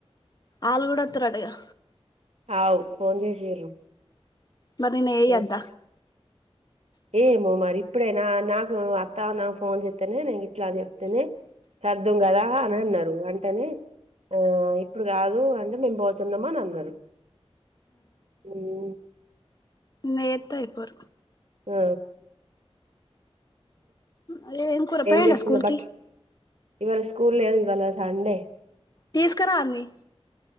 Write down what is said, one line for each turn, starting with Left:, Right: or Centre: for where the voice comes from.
Left: ఆళ్ళు కూడొత్తారట ఇగ
Right: అవు ఫోన్ చేసిర్రు
Left: మరి నీనెయ్యద్ద
Right: చేసి ఏమో మరి ఇప్పుడేనా నాకు అత్తా నాకు ఫోన్ చేత్తేనే నేను గిట్ల అని చెప్తేనే సర్దుం కదా అని అన్నారు అంటేనే ఆ ఇప్పుడు కాదు అంటే మేం పోతున్నాము అని అన్నరు మ్మ్
Left: నేత్తే అయిపోరు
Right: ఆ
Left: అదె ఏం కూర పోయిండా
Right: చేస్తున్నా
Left: స్కూల్కి
Right: బట్ ఇవాళ స్కూల్ లేదు ఇవాళ సండే
Left: తీసుకురాన్ని